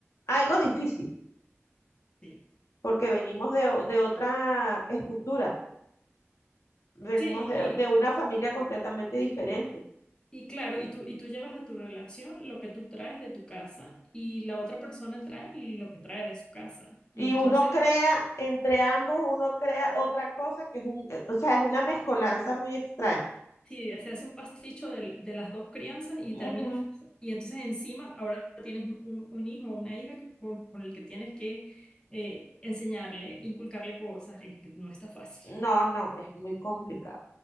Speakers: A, on the left; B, on the left.
A: algo difícil,
B: Sí.
A: porque venimos de, o- de otra estructura, venimos
B: Sí, y,
A: de, de una familia completamente diferente.
B: y claro, y tú, y tú llevas a tu relación lo que tú traes de tu casa y la otra persona trae lo que trae de su casa.
A: Y
B: Y entonces
A: uno crea, entre ambos, uno crea otra cosa que es un, eh, o sea, es una mezcolanza muy extraña.
B: Sí, se hace un pasticho del- de, las dos crianzas y
A: Ujú.
B: terminas, y entonces encima ahora tienes un, un- un hijo o una hija que- con, con el que tienes que eh, enseñarle, inculcarle cosas, es que no está fácil.
A: No, no, es muy complicado.